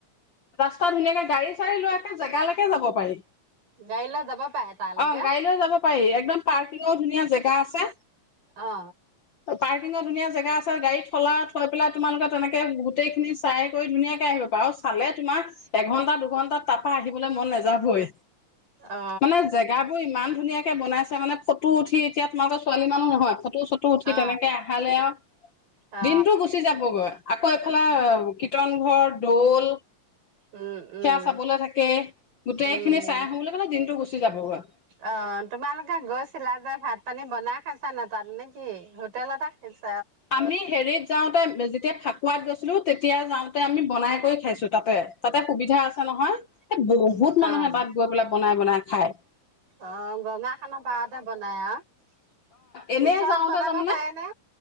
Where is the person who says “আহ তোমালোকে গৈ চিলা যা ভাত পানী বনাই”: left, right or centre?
Right